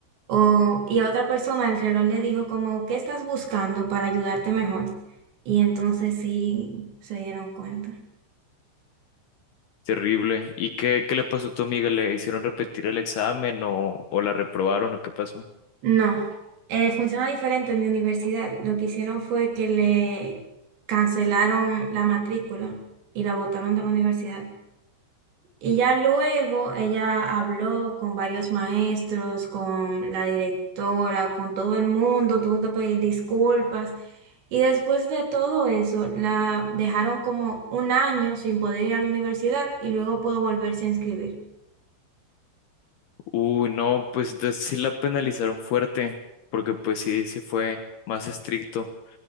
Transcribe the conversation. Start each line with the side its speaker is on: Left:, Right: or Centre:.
Right: o, y a otra persona el reloj le dijo como, ¿qué estás buscando para ayudarte mejor? Y entonces sí se dieron cuenta.
Left: Terrible. ¿Y qué, qué le pasó a tu amiga? ¿Le hicieron repetir el examen o, o la reprobaron o qué pasó?
Right: No, eh, funciona diferente en mi universidad. Lo que hicieron fue que le cancelaron la matrícula y la botaron de la universidad. Y ya luego ella habló con varios maestros, con la directora, con todo el mundo, tuvo que pedir disculpas. Y después de todo eso, la dejaron como un año sin poder ir a la universidad y luego pudo volverse a inscribir.
Left: Uy, no, pues de- sí la penalizaron fuerte, porque pues sí, sí fue más estricto.